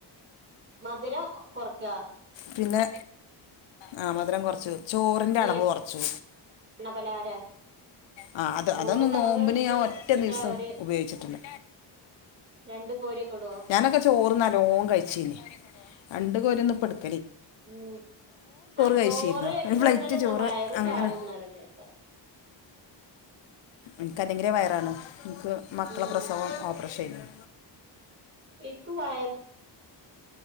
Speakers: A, on the right (about 25°); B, on the left (about 80°).
A: മധുരം കൊറക
B: പിന്നെ ആ മധുരം കെറച്ചു, ചോറിന്റെ
A: ഈ
B: അളവ് കെറച്ചു.
A: എണ്ണ പലഹാര
B: ആ അത്
A: ചോറിന്റെ
B: അതൊന്നും,
A: അളവ്
B: നോമ്പിന്
A: എന്നല്
B: ഒറ്റ
A: എത്ര
B: ദിവസം
A: ഒരു
B: ഉപയോഗിച്ചിട്ടില്ല.
A: രണ്ട് കോരിയൊക്കെ ഇടുവോ
B: ഞാനൊക്കെ ചോറ് നലോം കഴിച്ചനി രണ്ട് കോരി ഒന്ന് ഇപ്പം ഇ
A: ഉ. ആ ചോറ്
B: കഴിച്ചിരുന്നു ഒരു
A: കൂടുതൽ
B: പ്ലേറ്റ്
A: എന്നാ
B: ചോറ്
A: വയറ്
B: അങ്ങനെ
A: ചാടുംണറിണ്ടേക്ക.
B: എനിക്കല്ലെങ്കില വയറാണ് എനിക്ക് മക്കളെ
A: ഉം
B: പ്രസവം
A: എനിക്ക്
B: ഓപ്പറേഷൻ അയ്നി.
A: എനിക്ക് വയറ്